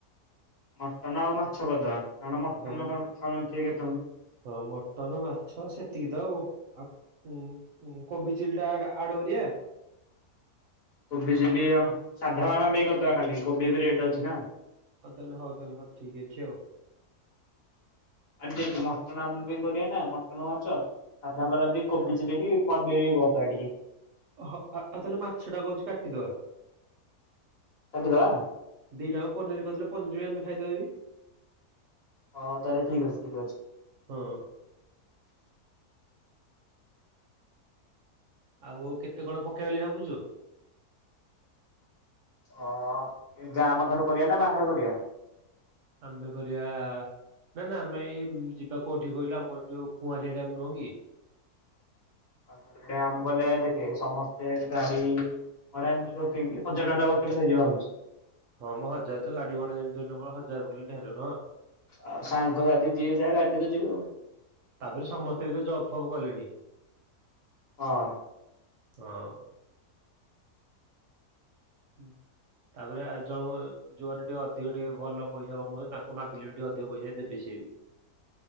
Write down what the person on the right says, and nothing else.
ହଁ
ହଁ ମଟନ ମାଛ ସେତିକି ତ ଆଉ, ଆଉ। ହୁଁ ହୁଁ କୋବି ଚିଲିଟା ଆଡ କରିଆ?
ହଉ ତାହେଲେ ତାହେଲେ ଠିକ୍ ଅଛି ଆଉ।
ହା ଅ ଆଉ ତାହେଲେ ମାଛ ଟା କହୁଛି କାଟିଦବା?
ଦିଟ ଟାଙ୍କ ପନିର କରିଦଲେ ପନିର ବି ଆମେ ଖାଇଦବା ବି?
ହଁ। ଆଉ କେତେ କଣ ପକେଇ ବା ବୋଲି ଭାବୁଛୁ?
ଆମେ କରିବା ନା ନା ଆମେ ଏଇ ଯିବା କୋଉଠି କହିଲୁ ଆମର ଯୋଉ ଙ୍କୁଆରିଆ ଡ୍ୟାମ ନୁହଁ କି?
ହଁ ମ ହଜାର ତ ଗାଡି ଭଡା ଯେମିତି ହେଲେ ହଁ ହଜାର ପକେଇଲେ ଢେରେ ଟଙ୍କା
ତାପରେ ସମସ୍ତେ ବି ତ ଜବ ଫବ କଲେଣି।
ହଁ। ଉଁ ତାପରେ ଆଉ ଯଉ ଯୋଉମାନେ ଟିକେ ଅଧିକ ଟିକେ ଭଲ ପଇସା କମଉଛ ତାଙ୍କୁ ମାଗିଲେ ବି ଟିକେ ଅଧିକ ପଇସା ଦେବେ ସିଏ ବି